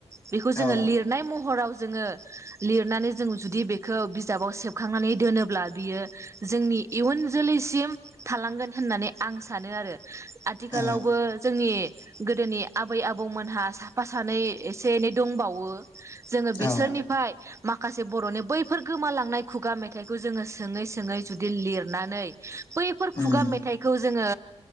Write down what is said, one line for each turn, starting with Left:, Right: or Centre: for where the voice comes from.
Right: बेखौ जोंङो
Left: औ
Right: लिरनाय महराव जोंङो लिरनानै जों जुदि बे <unintelligible> बिजाबाव सेबखांनानै दोनोब्ला बियो जोंनि इयुन जोलैसिम थालांगोन होननानै आं सानो आरो। आथिखालावबो
Left: औ
Right: जोंनि गोदोनि आबै -आबौमोनहा साफा सानै एसे एनै दंबावो। जोंङो
Left: औ
Right: बिसोरनिफ्राय माखासे बर'नि बै बैफोर गोमालांनाय खुगा मेथाइखौ जोंङो सोंङै सोंङै जुदि लिरनानै बैफोर
Left: उम
Right: खुगा मेथाइखौ जोंङो